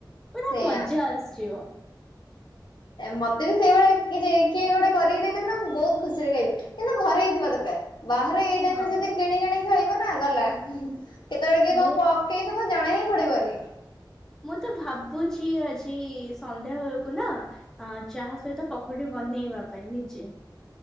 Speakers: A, in the centre; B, on the left.
A: ପୁରା
B: ସେଇୟା।
A: ମଜା ଆସିଯିବ।
B: ମତେ ବି ସେଇଭଳିଆ କିଏ ଜେ କିଏ ଗୋଟେ କରିକି ଦେଇଦଉନା ମୁଁ ବହୁତ ଖୁସିରେ ଖାଇବି। କିନ୍ତୁ ଘରେ ହେଇଥିବା ଦରକାର। ବାହାରେ ଏଇ ଟାଇମ୍
A: ହଁ
B: ଯଦି କିଣିକି ଆଣିକି ଖାଇବନା ଗଲା କେତେବେଳେ କିଏଁ
A: ମୁଁ
B: କ ପ ପକେଇ ଦବ ଜଣା ହିଁ ପଡିବନି।
A: ମୁଁ ତ ଭାବୁଛି ଆଜି ସନ୍ଧ୍ୟାବେଳକୁ ନା। ଅ ଚାହା ସହିତ ପକୁଡି ବନେଇବା ପାଇଁ ନିଜେ